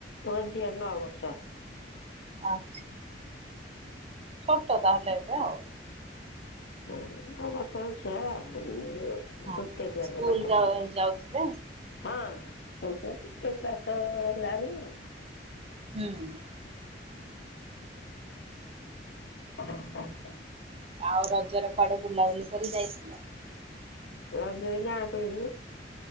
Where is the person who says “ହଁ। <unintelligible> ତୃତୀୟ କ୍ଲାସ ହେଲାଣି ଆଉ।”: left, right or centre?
Left